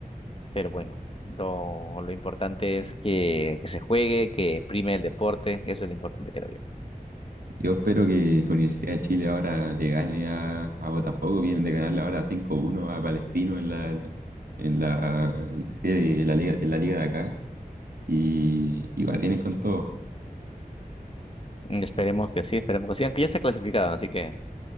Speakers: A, on the left; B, on the right.
A: Pero bueno, lo, lo importante es que, que se juegue, que prime el deporte. Eso es lo importante, creo yo.
B: Yo espero que Universidad de Chile ahora le gane a, a Botafogo. Vienen de ganarle ahora cinco uno a Palestino en la, en la serie de la liga, en la liga de acá. Y igual vienen con todo.
A: Mm, Esperemos que sí, esperemos que sí. Aunque ya está clasificado, así que.